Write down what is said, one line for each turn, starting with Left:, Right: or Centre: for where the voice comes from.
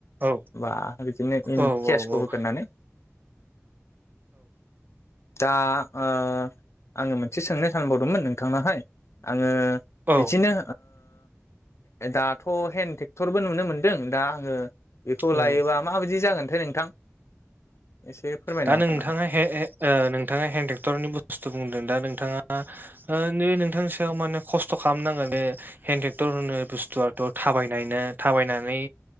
Right: औ
Left: एबा बिदिनो इन
Right: औ
Left: केसखौ
Right: औ औ
Left: होगोरनानै दा ओ आङो एसे सोंनाय सानबावदोंमोन नोंथांनावहाय आङो
Right: औ
Left: बिदिनो दाथ' हेन्द टेक्टरबो नुनो मोनदों दा आङो बेखौ
Right: औ
Left: लायोबा माबायदि जागोनथाय नोंथां? एसे फोरमायनो
Right: दा
Left: हागोन
Right: नोंथाङा
Left: नामा
Right: नोंथाङा हेन्द ट्रेक्टरनि बुस्थु बुंदों दा नोंथाङा नै नोंथांनि सायाव माने खस्थ' खालामनांगोन बे हेन्द टेक्टर होननाय बुस्थुआथ' थाबायनायनो थाबायनानै